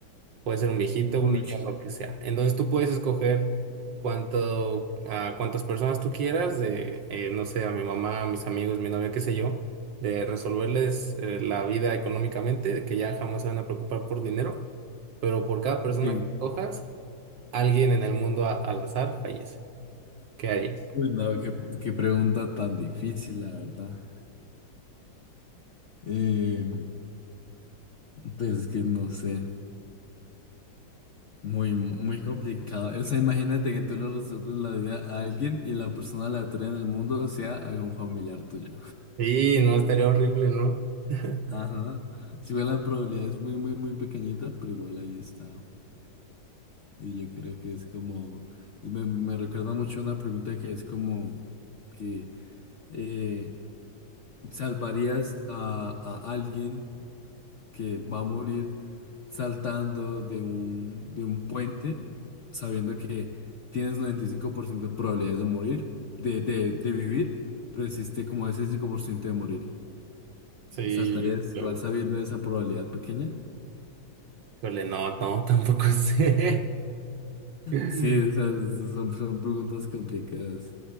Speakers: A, on the right (about 70°); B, on the left (about 70°).
A: Puede ser un viejito,
B: Uy,
A: un niño, lo que sea. Entonces tú puedes escoger cuánto, a cuántas personas tú quieras, de, eh, no sé, a mi mamá, a mis amigos, mi novia, qué sé yo, de resolverles eh, la vida económicamente, de que ya jamás se van a preocupar por dinero, pero por cada persona
B: sí.
A: que cojas, alguien en el mundo a- al azar fallece. ¿Qué harías?
B: Uy, no, qué, qué pregunta tan difícil, la verdad. Eh, pues es que no sé, muy, muy complicado. O sea, imagínate que tú le resuelves la vida a alguien y la persona aleatoria en el mundo sea algún familiar tuyo.
A: Sí, no, estaría horrible, ¿no? <laughs>
B: Ajá. Si bien la probabilidad es muy, muy, muy pequeñita, pero igual ahí está. Y yo creo que es como, me, me recuerda mucho una pregunta que es como que eh, ¿salvarías a, a alguien? que va a morir saltando de un, de un puente, sabiendo que tienes 95% de probabilidades de morir, de, de, de vivir, pero existe como ese 5% de morir.
A: Sí,
B: ¿Saltarías
A: claro.
B: igual sabiendo esa probabilidad pequeña?
A: Híjole, no, no, tampoco sé. <laughs>
B: Sí, o sea, son, son preguntas complicadas.